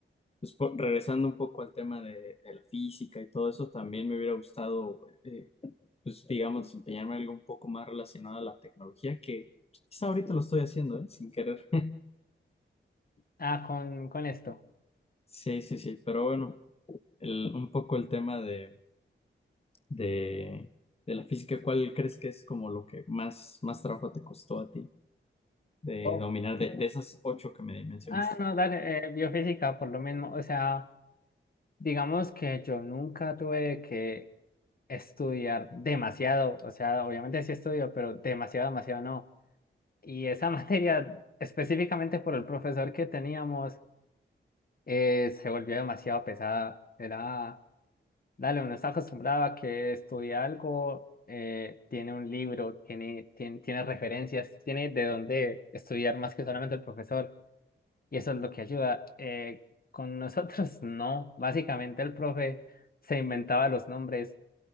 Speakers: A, on the left; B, on the left.
A: pues, po- regresando un poco al tema de, de la física y todo eso, también me hubiera gustado, eh, pues digamos, desempeñarme en algo un poco más relacionado a la tecnología, que pues, quizá ahorita lo estoy haciendo, ¿eh? Sin querer. <laughs>
B: Ah, con, con esto.
A: Sí, sí, sí, pero bueno, el- un poco el tema de de, de la física, ¿cuál crees que es como lo que más, más trabajo te costó a ti de
B: Oh.
A: dominar de, de esas ocho que me mencionaste?
B: Ah, no, dale, eh, biofísica por lo mismo. O sea, digamos que yo nunca tuve que estudiar demasiado. O sea, obviamente sí estudio, pero demasiado, demasiado no. Y esa <laughs> materia, específicamente por el profesor que teníamos, eh, se volvió demasiado pesada. Era Dale, uno está acostumbrado a que estudia algo, eh, tiene un libro, tiene, tiene, tiene referencias, tiene de dónde estudiar más que solamente el profesor, y eso es lo que ayuda. Eh, con nosotros <laughs> no, básicamente el profe se inventaba los nombres